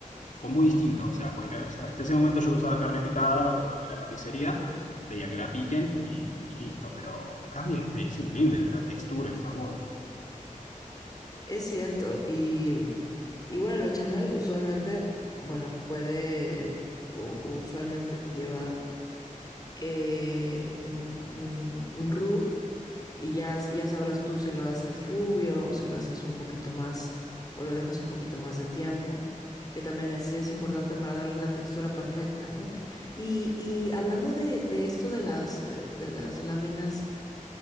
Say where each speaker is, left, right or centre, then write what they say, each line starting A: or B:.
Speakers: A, on the left (about 65°); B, on the left (about 30°).
A: fue muy distinto. O sea, porque hasta, hasta ese momento yo usaba carne picada, que bueno, de la carnicería, pedía que la piquen y, y listo. Pero cambia, incre- es increíble la textura, el sabor.
B: es cierto. Y, y bueno, el bechamel usualmente, bueno, puede o, o usualmente lleva eh, un, un, un roux y ya, ya sabrás tú si lo haces rubio o si lo haces un poquito más o lo dejas un poquito más de tiempo, que también es, es importante para darle la textura perfecta, ¿no? Y, y hablando de, de esto de las, eh, de las láminas